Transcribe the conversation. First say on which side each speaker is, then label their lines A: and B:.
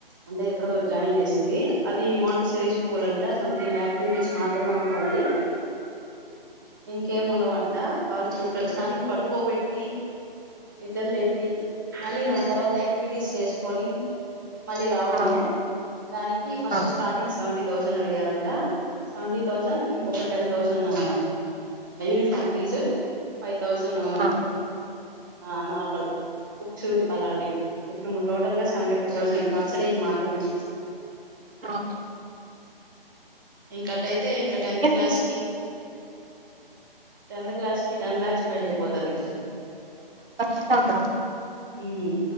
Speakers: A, on the right (about 20°); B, on the right (about 75°).
A: అంటే ఎక్కడో జాయిన్ చేసింది అది మాం టిసరీ స్కూలంటా సంతింగ్ యాక్టివిటీస్ మాత్రమే ఉంటాయి ఇంకేం ఉండవంట వాళ్ళు చూ ప్రస్తుతనికీ పడుకోబెట్టి నిద్దర్లేపీ మళ్ళీ దాంతర్వాత యాక్టివిటీస్ చేస్కోనీ మళ్ళీ రావడమే
B: ఆ
A: దానికి ఫస్ట్
B: ఆ
A: స్టార్టింగ్ సెవెంటీ థౌసండ్ అడిగారంట సెవంటీ థౌసంన్ ఇంకొక ten thousand uniform fee five thousand
B: ఆ
A: ఆ నార్మల్ షూ అలాంటివి ఇప్పుడు టోటల్ గా సెవెంటీ ఫోర్ థౌసండ్ నర్సరీకి మాత్రమే
B: హా
A: ఇంకటైతే ఇంకా టెన్త్ క్లాస్కీ
B: తీసు
A: టెన్త్ క్లాస్కీ టెన్ లాక్స్ పైనైపోతదీ
B: ఖచ్చిత్తంగా
A: హ్మ్